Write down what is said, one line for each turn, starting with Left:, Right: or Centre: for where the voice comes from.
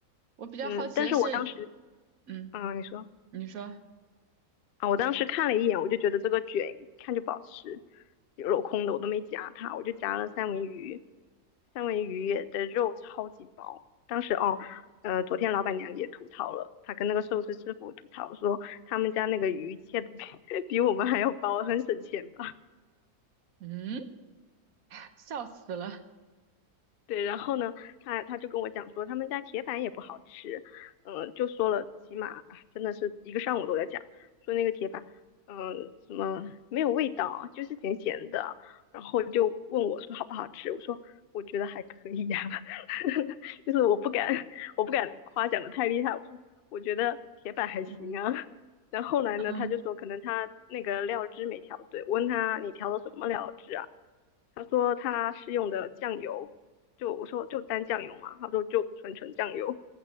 Right: 我比较好奇的是，
Left: 嗯，但是我当时，
Right: 嗯，
Left: 嗯，你说。
Right: 你说，
Left: 啊，我当时看了一眼，我就觉得这个卷一看就不好吃，有镂空的我都没夹它，我就夹了三文鱼，三文鱼的肉超级薄。当时哦，呃，昨天老板娘也吐槽了，她跟那个寿司师傅吐槽说，他们家那个鱼切的比 <laughs> 比我们还要薄，很省钱。吧。
Right: 嗯，笑死了。
Left: 对，然后呢，他他就跟我讲说他们家铁板也不好吃，嗯、就说了起码啊真的是一个上午都在讲，说那个铁板，嗯、什么没有味道，就是咸咸的，然后就问我说好不好吃，我说我觉得还可以呀、<laughs> 就是我不敢我不敢夸奖的太厉害，我说我觉得铁板还行啊，
Right: 嗯
Left: 然后后来呢，
Right: 嗯，
Left: 他就说可能他那个料汁没调对，我问他你调的什么料汁啊？他说他是用的酱油，就我说就单酱油嘛，他说就纯纯酱油。